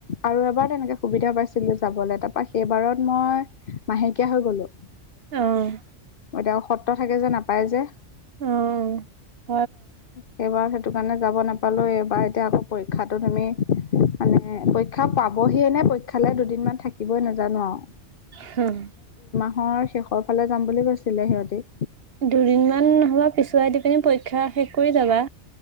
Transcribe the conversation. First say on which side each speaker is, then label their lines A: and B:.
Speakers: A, on the left (about 50°); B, on the right (about 55°).
A: আৰু এবাৰ তেনেকে সুবিধা পাইছিলো যাবলৈ তাপা সেইবাৰত মই। মাহেকীয়া হৈ গলো এতিয়া
B: অ',
A: সত্ৰ থাকে যে নাপায় যে।
B: অহ।
A: সেইবাৰ সেইটো কাৰণে যাব নাপালো এইবাৰ এতিয়া আকৌ পৰীক্ষাটো তুমি। মানে পৰীক্ষা পাবহিয়ে নে পৰীক্ষালৈ দুদিনমান থাকিবই নাজানো আৰু।
B: হুম।
A: অ শেষৰ ফালে যাম বুলি কৈছিলে সিহঁতি।
B: দুদিনমান নহবা পিছুৱাই দি পিনি পৰীক্ষা শেষ কৰি যাবা।